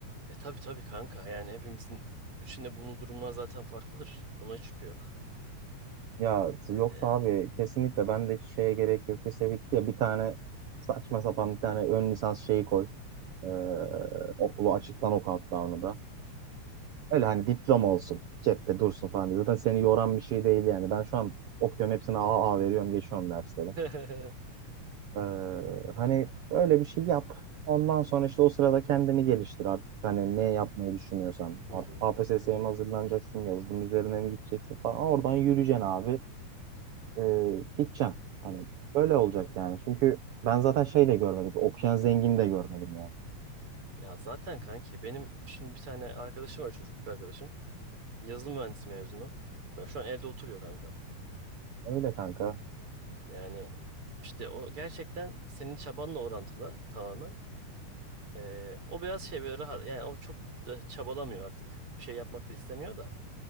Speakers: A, on the right; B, on the right.
A: E tabii tabii kanka yani hepimizin içinde bulunduğu durumlar zaten farklıdır. Ona hiç şüphe yok.
B: Ya yoksa
A: Yani.
B: abi kesinlikle ben de hiç şeye gerek yok. Lise bitti ya bir tane saçma sapan bir tane ön lisans şeyi koy. Ee, okulu açıktan oku hatta onu da. Öyle hani diploma olsun. Cepte dursun falan diye. Zaten seni yoran bir şey değil yani. Ben şu an okuyorum hepsine A A veriyorum geçiyorum dersleri.
A: <laughs>
B: Ee,
A: Vallahi.
B: hani öyle bir şey yap. Ondan sonra işte o sırada kendini geliştir artık. Hani ne yapmayı düşünüyorsan.
A: Hı
B: Artık
A: hı.
B: KPSS'ye mi hazırlanacaksın? Yazılım üzerine mi gideceksin falan. Oradan yürüyeceksin abi. Ee, gideceksin. Hani böyle olacak yani. Çünkü ben zaten şey de görmedim. Okuyan zengin de görmedim yani.
A: Ya zaten kanki benim şimdi bir tane arkadaşım var çocukluk arkadaşım. Yazılım mühendisi mezunu. Ya şu an evde oturuyor kanka.
B: Öyle kanka.
A: Yani işte o gerçekten senin çabanla orantılı tamamen. Ee, o biraz şey böyle rahat yani o çok da çabalamıyor artık. Bir şey yapmak da istemiyor da.